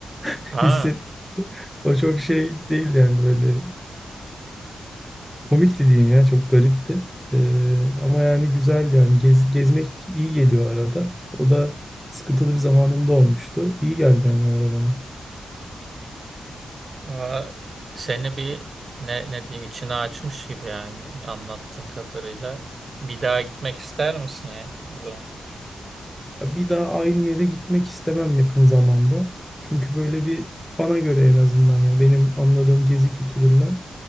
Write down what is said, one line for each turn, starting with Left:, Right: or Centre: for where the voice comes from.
Centre: <laughs>
Right: ha.
Centre: hisset. O çok şey değil yani böyle Komikti diyeyim ya çok garipti. Ee, ama yani güzeldi yani Gez- gezmek iyi geliyor arada. O da sıkıntılı bir zamanımda olmuştu. İyi geldi yani o ara bana.
Right: Aa, Seni bir ne, ne diyeyim içine açmış gibi yani anlattığın kadarıyla. Bir daha gitmek ister misin ya o zaman?
Centre: Bir daha aynı yere gitmek istemem yakın zamanda. Çünkü böyle bir bana göre en azından yani benim anladığım gezi kültüründen